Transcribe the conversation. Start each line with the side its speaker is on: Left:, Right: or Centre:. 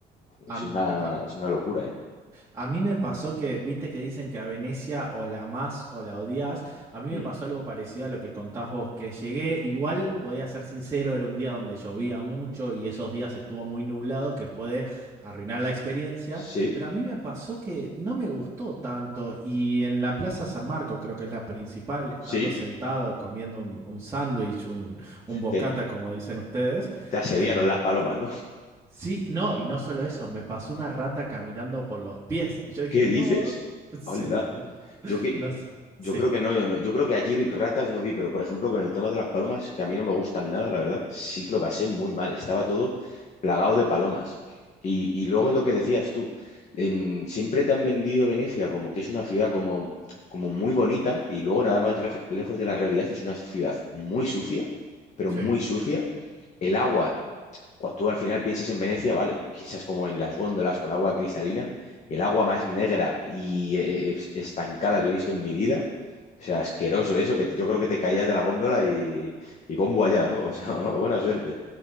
Left: Es
Right: a-
Left: una,
Right: a-
Left: es una locura, ¿eh?
Right: A mí me pasó que, viste que dicen que a Venecia o la amás o la odias A mí me
Left: Mm.
Right: pasó algo parecido a lo que contás vos, que llegué, igual voy a ser sincero, era un día donde llovía mucho y esos días estuvo muy nublado, que puede arruinar la experiencia,
Left: Sí,
Right: pero a mí me pasó que no me gustó tanto y en la Plaza San Marco, creo que es la principal, estando
Left: sí.
Right: sentado comiendo un, un sándwich, un, un bocata,
Left: Te,
Right: como dicen ustedes,
Left: te asediaron
Right: me,
Left: las palomas,
Right: Sí, no, y no solo eso, me pasó una rata caminando por los pies. Y yo dije,
Left: ¿Qué dices?
Right: no, sí,
Left: Hola.
Right: no,
Left: Yo que
Right: no,
Left: yo
Right: sí.
Left: creo que no, no- yo creo que allí ratas no vi, pero por ejemplo con el tema de las palomas, que a mí no me gustan nada, la verdad, sí que lo pasé muy mal. Estaba todo plagado de palomas. Y, y luego es lo que decías tú, em, siempre te han vendido Venecia como que es una ciudad como, como muy bonita y luego nada más rejo- lejos de la realidad es una ciudad muy sucia, pero
Right: Sí.
Left: muy sucia. El agua cuando tú al final piensas en Venecia, vale, y piensas como en las góndolas con agua cristalina, el agua más negra y eh, estancada que he visto en mi vida. O sea, asqueroso eso, que te- yo creo que te caías de la góndola y, y bombo allá, ¿no? O sea, <laughs> buena suerte.